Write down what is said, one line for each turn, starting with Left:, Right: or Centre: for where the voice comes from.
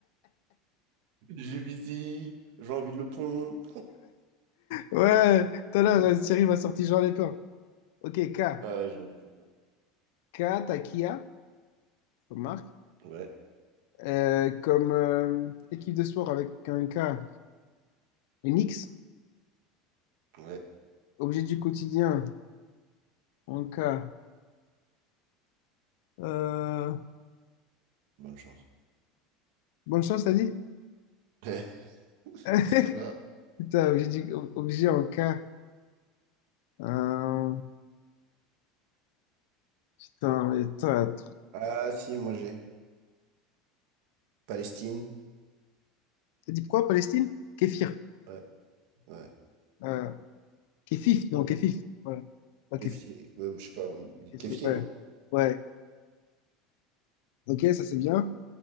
Right: J'ai visé, j'ai envie de le pont.
Left: Ouais, tout à l'heure, euh, Thierry m'a sorti Jean Lépin. Ok, K.
Right: Ah, j'ai envie de
Left: K, t'as Kia, comme marque.
Right: Ouais,
Left: Euh, comme euh, équipe de sport avec un K. Une X.
Right: ouais,
Left: Objet du quotidien, en K. Euh,
Right: bonne chance.
Left: bonne chance, t'as dit?
Right: Ouais, <laughs>
Left: <laughs>
Right: Parce que là.
Left: Putain, objet, du- objet en cas. Euh, putain, mais toi,
Right: Ah, si, moi j'ai. Palestine.
Left: t'as dit pourquoi Palestine? Kéfir.
Right: Ouais, ouais.
Left: Euh, kéfif, non, kéfif. Voilà. Pas kéfif,
Right: Keffieh, ouais, je sais pas, on dit
Left: kéfir,
Right: Keffieh,
Left: ouais.
Right: non?
Left: Ouais. Ok, ça c'est bien.